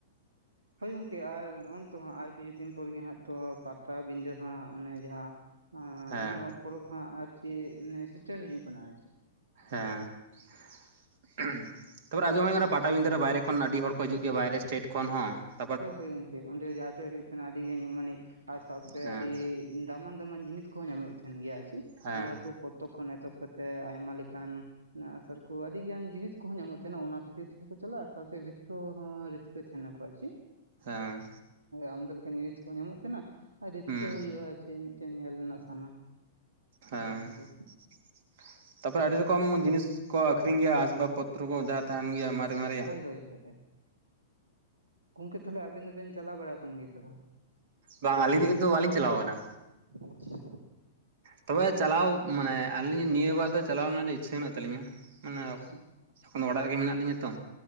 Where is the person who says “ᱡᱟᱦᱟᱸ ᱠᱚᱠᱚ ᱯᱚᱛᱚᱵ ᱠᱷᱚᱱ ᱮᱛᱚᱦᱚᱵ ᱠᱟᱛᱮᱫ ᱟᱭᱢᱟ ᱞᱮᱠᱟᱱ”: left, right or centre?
Right